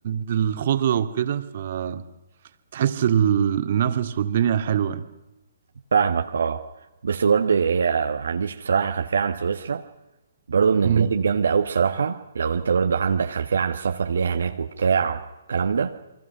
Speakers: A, on the right; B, on the right.
A: د- الخضرة وكده فتحس ال- النفس والدنيا حلوة يعني.
B: فاهمك اه بس برضه هي ما عنديش بصراحة خلفية عن سويسرا برضه من البلاد
A: أمم.
B: الجامدة أوي بصراحة لو أنت برضه عندك خلفية عن السفر ليها هناك وبتاع الكلام ده